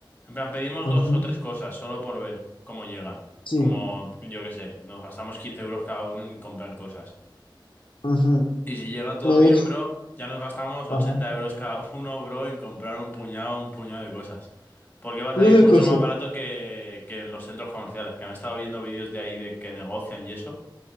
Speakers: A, on the left; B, on the left.
A: en plan, pedimos
B: ujú,
A: dos o tres cosas solo por ver cómo llegan.
B: Sí.
A: Como, yo qué sé, nos gastamos 15 euros cada uno en comprar cosas.
B: ujú.
A: Y si llega todo
B: Me
A: bien,
B: dijo.
A: bro, ya nos gastamos
B: Ajá.
A: 80 euros cada <laughs> uno, bro, en comprar un puñado, un puñado de cosas. Porque va a salir
B: Una
A: mucho
B: cosa.
A: más barato que, que en los centros comerciales, que me he estado viendo vídeos de ahí de que negocian y eso.